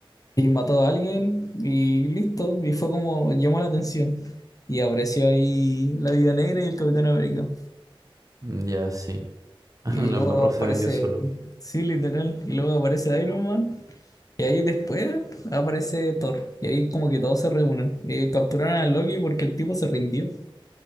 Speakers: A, on the left; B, on the right.
A: Y mató a alguien y listo, y fue como llamó la atención. Y apareció ahí la Viuda Negra y el Capitán América.
B: Mm, Ya, sí. <laughs> Ah,
A: Y
B: no, la
A: luego
B: embarró se
A: aparece,
B: vendió solo.
A: sí, literal, y luego aparece Iron Man. Y ahí después aparece Thor. Y ahí como que todos se reúnen. Eh, capturaron a Loki porque el tipo se rindió.